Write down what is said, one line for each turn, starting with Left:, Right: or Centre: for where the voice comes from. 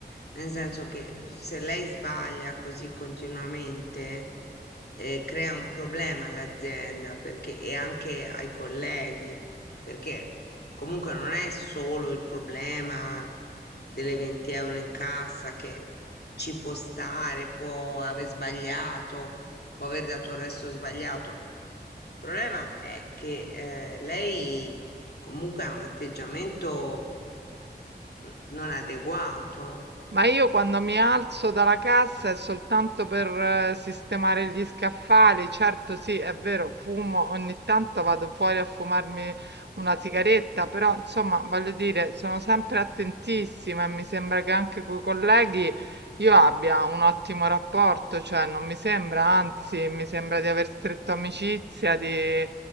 Left: nel senso che se lei sbaglia così continuamente, eh, crea un problema all'azienda perché, e anche ai colleghi, perché comunque non è solo il problema delle 20 euro in cassa che ci può stare, può aver sbagliato, può aver dato un resto sbagliato. Il problema è che eh, lei comunque ha un atteggiamento mm, non adeguato.
Right: Ma io quando mi alzo dalla cassa è soltanto per eh, sistemare gli scaffali, certo sì, è vero, fumo, ogni tanto vado fuori a fumarmi una sigaretta, però insomma, voglio dire, sono sempre attentissima e mi sembra che anche coi colleghi io abbia un ottimo rapporto, cioè non mi sembra, anzi, mi sembra di aver stretto amicizia, di